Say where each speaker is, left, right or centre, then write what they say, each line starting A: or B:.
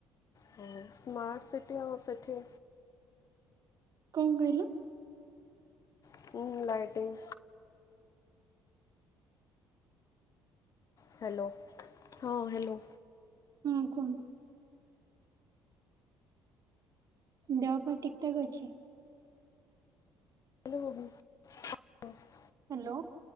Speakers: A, on the left; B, on the right.
A: ହଉ ସ୍ମାର୍ଟ ସିଟି ଆଉ ସେଠି
B: କଣ କହିଲ?
A: ହଁ ଲାଇଟିଂ। ହ୍ୟାଲୋ ହଁ ହ୍ୟାଲୋ।
B: ହୁଁ କୁହନ୍ତୁ? ଦେହ ପା ଠିକ୍ ଠା ଅଛି?
A: ହ୍ୟାଲୋ ହବି ହ।
B: ହ୍ୟାଲୋ।